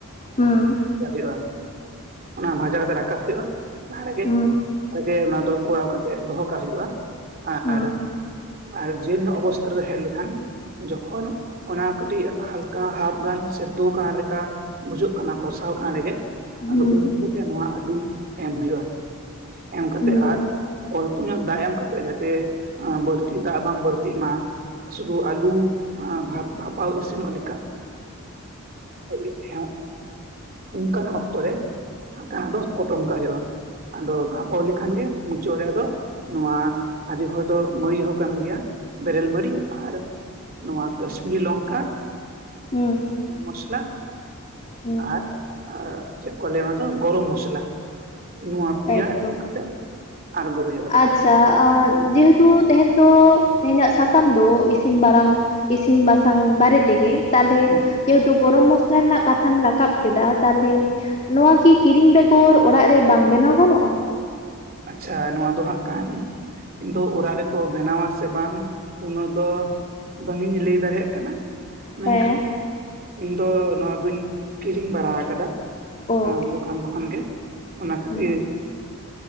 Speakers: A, on the left; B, on the right.
A: ᱦᱩᱸ
B: ᱡᱟ ᱦᱩᱭᱩᱜᱼᱟ ᱚᱱᱟ ᱵᱷᱟᱡᱟ ᱠᱟᱛᱮ ᱨᱟᱠᱟᱵ ᱦᱩᱭᱩᱜᱼᱟ ᱞᱟᱦᱟ ᱨᱮᱜᱮ
A: ᱦᱩᱸ ᱦᱩᱸ
B: ᱚᱱᱟ ᱫᱚ ᱠᱚᱨᱟᱣ ᱠᱟᱛᱮ ᱫᱚᱦᱚ ᱠᱟᱜ ᱦᱩᱭᱩᱜᱼᱟ ᱟᱨ,
A: ᱦᱩᱸ
B: ᱟᱨ ᱡᱤᱞ ᱨᱮᱱᱟᱜ ᱚᱵᱚᱥᱛᱟ ᱨᱮᱫᱚ ᱦᱮᱡ ᱞᱮᱠᱷᱟᱱ ᱡᱚᱠᱷᱚᱱ ᱚᱱᱟ ᱠᱟᱹᱴᱤᱡ ᱦᱟᱞᱠᱟ ᱦᱟᱯ ᱜᱟᱱ ᱥᱮ ᱫᱳ ᱠᱟᱱᱟ ᱞᱮᱠᱟ ᱵᱩᱡᱷᱟᱹᱜ ᱠᱟᱱᱟ ᱠᱚᱥᱟᱣ ᱠᱟᱱ ᱨᱮᱜᱮ
A: ᱦᱩᱸ
B: ᱟᱫᱚ ᱩᱱ ᱚᱠᱛᱚᱜ ᱜᱮ ᱱᱚᱣᱟ ᱟᱰᱩ ᱮᱢ ᱦᱩᱭᱩᱜᱼᱟ᱾ ᱮᱢ ᱠᱟᱛᱮᱜ
A: ᱦᱩᱸ
B: ᱟᱨ ᱩᱸᱧᱚ ᱫᱟᱜ ᱮᱢ ᱠᱟᱛᱮᱜ ᱡᱟᱛᱮ ᱟᱸ ᱵᱟᱹᱲᱛᱤ ᱫᱟᱜ ᱵᱟᱝ ᱵᱟᱹᱲᱛᱤᱜ ᱢᱟ, ᱥᱩᱫᱷᱩ ᱟᱞᱩ ᱵᱷᱟᱯ ᱵᱷᱟᱯᱟᱣ ᱤᱥᱤᱱᱚᱜ ᱞᱮᱠᱟ, <inaudible> ᱦᱮᱸᱜ ᱚᱱᱠᱟᱱ ᱚᱠᱛᱚ ᱨᱮ, <unintelligible> ᱯᱚᱴᱚᱢ ᱠᱟᱜ ᱦᱩᱭᱩᱜᱼᱟ ᱟᱫᱚ ᱵᱷᱟᱯᱟᱣ ᱞᱮᱠᱷᱟᱱ ᱜᱮ ᱢᱩᱪᱟᱹᱫ ᱨᱮ ᱟᱫᱚ ᱱᱚᱣᱟ ᱟᱹᱰᱤ ᱦᱚᱲ ᱫᱚ ᱢᱟᱹᱭᱤ ᱦᱚᱸ ᱠᱟᱱ ᱜᱮᱭᱟ ᱵᱮᱨᱮᱞ ᱢᱟᱨᱤᱡ ᱟᱨ ᱱᱚᱣᱟ ᱠᱟᱥᱢᱤᱨᱤ ᱞᱚᱝᱠᱟ
A: ᱦᱩᱸ
B: ᱢᱚᱥᱞᱟ
A: ᱦᱩᱸ
B: ᱟᱨ ᱪᱮᱫ ᱠᱚ ᱞᱟᱹᱭᱟ ᱚᱱᱟ ᱫᱚ ᱜᱚᱨᱚᱢ ᱢᱚᱥᱞᱟ, ᱱᱚᱣᱟ ᱯᱮᱭᱟ
A: ᱮᱠᱫᱚᱢ
B: ᱮᱢ ᱠᱟᱛᱮᱜ ᱟᱬᱜᱚ ᱦᱩᱭᱩᱜᱼᱟ᱾ ᱟᱫᱚ
A: ᱟᱪᱪᱷᱟ ᱟ ᱡᱮᱦᱮᱛᱩ ᱛᱮᱦᱮᱧ ᱫᱚ ᱛᱮᱦᱮᱧᱟᱜ ᱥᱟᱛᱟᱢ ᱫᱚ ᱤᱥᱤᱱ ᱵᱟᱨᱟᱝ ᱤᱥᱤᱱ ᱵᱟᱥᱟᱝ ᱵᱟᱨᱮ ᱛᱮᱜᱮ ᱛᱟᱦᱞᱮ
B: ᱦᱮᱸ
A: ᱡᱮᱦᱮᱛᱩ ᱜᱚᱨᱚᱢ ᱢᱚᱥᱞᱟ ᱨᱮᱱᱟᱜ ᱠᱟᱛᱷᱟᱢ ᱨᱟᱠᱟᱵ ᱠᱮᱫᱟ ᱛᱟᱦᱚᱞᱮ ᱱᱚᱣᱟ ᱠᱤ ᱠᱤᱨᱤᱧ ᱵᱮᱜᱚᱨ ᱚᱲᱟᱜ ᱨᱮ ᱵᱟᱝ ᱵᱮᱱᱟᱣ ᱜᱟᱱᱚᱜᱼᱟ?
B: ᱟᱪᱪᱷᱟ ᱱᱚᱣᱟ ᱫᱚ ᱦᱟᱸᱜ ᱠᱟᱱ ᱠᱤᱱᱛᱩ ᱚᱲᱟᱜ ᱨᱮᱠᱚ ᱵᱮᱱᱟᱣᱟ ᱥᱮ ᱵᱟᱝ ᱩᱱᱟᱹᱜ ᱫᱚ ᱵᱟᱝᱤᱧ ᱞᱟᱹᱭ ᱫᱟᱲᱮᱭᱟᱜ ᱠᱟᱱᱟ, ᱢᱮᱱᱠᱷᱟᱱ
A: ᱦᱮᱸ
B: ᱤᱧ ᱫᱚ ᱱᱚᱣᱟ ᱫᱩᱧ ᱠᱤᱨᱤᱝ ᱵᱟᱲᱟ ᱟᱠᱟᱫᱟ ᱾
A: ᱚ
B: ᱟᱸ ᱫᱚᱠᱟᱱ ᱠᱷᱚᱱ ᱜᱮ ᱚᱱᱟ ᱠᱷᱟᱹᱛᱤᱨ
A: ᱦᱩᱸ